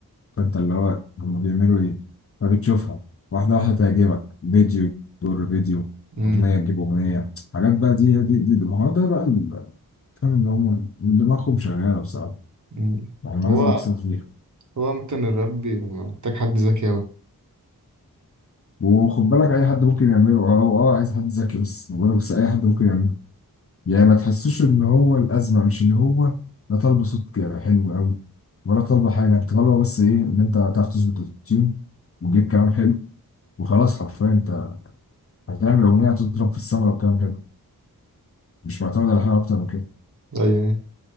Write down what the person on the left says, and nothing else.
فانت اللي هو هم بيعملوا ايه؟ فبتشوفها واحده واحده تعجبك فيديو يجر فيديو
اغنيه تجيب اغنيه حاجات بقى دي دي دي, دي. ما هو ده بقى ال- فاهم ان هم دماغهم شغاله بصراحه
يعني ما
لازم يكسبوا فيها
وخد بالك اي حد ممكن يعمله اه اه عايز حد ذكي بس بقول لك بس اي حد ممكن يعمله يعني ما تحسوش ان هو الازمه مش ان هو لا طالبه صوت حلو قوي ولا طالبه حاجه انت طالبه بس ايه ان انت تعرف تظبط التيون وتجيب كلام حلو وخلاص حرفيا انت هتعمل اغنيه تضرب في السما لو كلام حلو مش معتمد على حاجه اكتر من كده